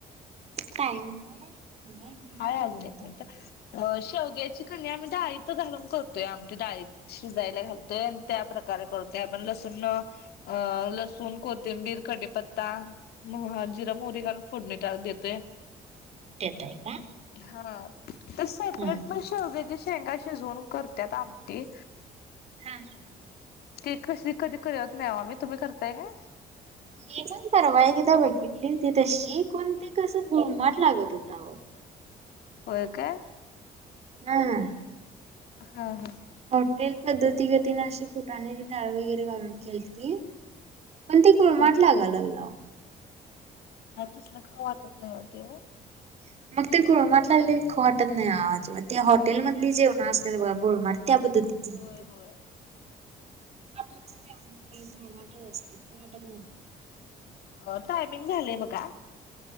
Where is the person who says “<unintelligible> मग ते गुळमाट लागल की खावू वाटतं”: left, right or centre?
Right